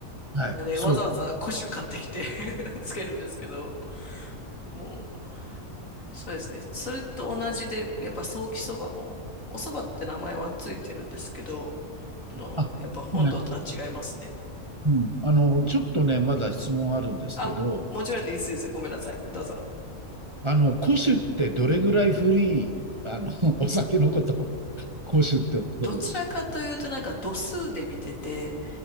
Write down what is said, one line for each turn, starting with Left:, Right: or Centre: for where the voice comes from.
Right: はい、
Left: なんで、
Right: そう。
Left: わざわざ古酒買ってきて <laughs> つけるんですけど、もう、そうですね。それと同じで、やっぱソーキそばも、おそばって名前はついてるんですけど、あの、
Right: あ、
Left: やっぱ本土とは違いますね。
Right: ね、うん。あの、ちょっとね、まだ質問あるんですけど、
Left: あ、もちろんでいいですよ。ごめんなさい。どうぞ。
Right: あの、古酒ってどれぐらい古い、あの、<laughs> お酒のことを古酒っておっしゃるんでしょ
Left: どちらかというとなんか度数で見てて、